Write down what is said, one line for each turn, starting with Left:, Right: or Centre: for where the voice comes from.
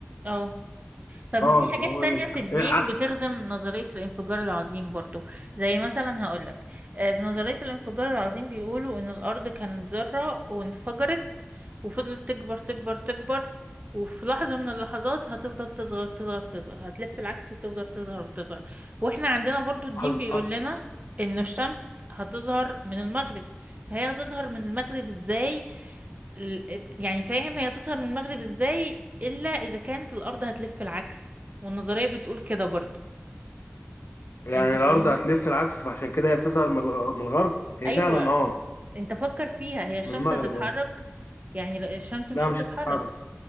Right: اه طب
Left: اه
Right: ما في حاجات
Left: ما هو
Right: تانية
Left: ايه
Right: في الدين
Left: إيه، ع-
Right: بتخدم نظرية الانفجار العظيم برضو زي مثلا هقولك آه، في نظرية الانفجار العظيم بيقولوا ان الارض كانت ذرة وانفجرت وفضلت تكبر تكبر تكبر وفي لحظة من اللحظات هتفضل تصغر تصغر تصغر هتلف العكس وتفضل تظهر وتظهر واحنا عندنا برضو الدين
Left: قصد-
Right: بيقول
Left: آه،
Right: لنا ان الشمس هتظهر من المغرب فهي هتظهر من المغرب ازاي ال- يعني فاهم هي تظهر من المغرب ازاي الا اذا كانت الارض هتلف العكس والنظريه بتقول كده برضو
Left: يعني
Right: انت فاهمني
Left: الارض هتلف العكس فعشان كده هي تظهر من الغ- من الغرب هي
Right: ايوه
Left: فعلا اه
Right: انت فكر فيها هي الشمس
Left: من المغرب
Right: هتتحرك
Left: اه
Right: يعني لا، الشمس مش
Left: لا
Right: هتتحرك
Left: مش هتتحرك